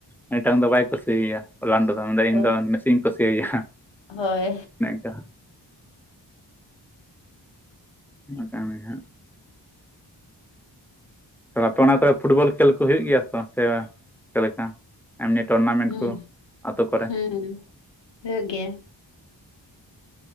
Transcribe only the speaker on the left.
ᱦᱳᱭ
ᱦᱳᱭ
ᱦᱩᱸ
ᱦᱩᱸ ᱦᱩᱭᱩᱜ ᱜᱮᱭᱟ